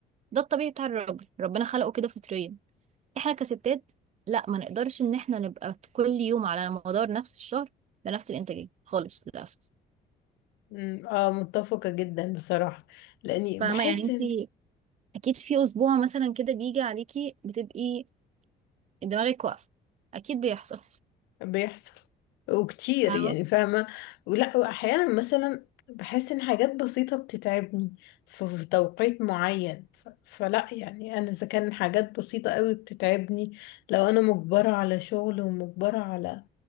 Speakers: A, on the right (about 40°); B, on the left (about 85°).
A: ده الطبيعي بتاع الراجل ربنا خلقه كده فطريا احنا كستات لا ما نقدرش ان احنا نبقى كل يوم على مدار نفس الشهر بنفس الإنتاجية خالص للأسف
B: أمم، اه متفقة جدا بصراحة لاني
A: فاهمة
B: بحس
A: يعني انت
B: ان
A: أكيد في أسبوع مثلا كده بيجي عليكي بتبقي دماغك واقفة أكيد بيحصل
B: بيحصل وكتير
A: فاهمة
B: يعني فاهمة ولا واحيانا مثلا بحس ان حاجات بسيطة بتتعبني في في توقيت معين ف- فلا يعني انا اذا كان حاجات بسيطة قوي بتتعبني لو انا مجبرة على شغل ومجبرة على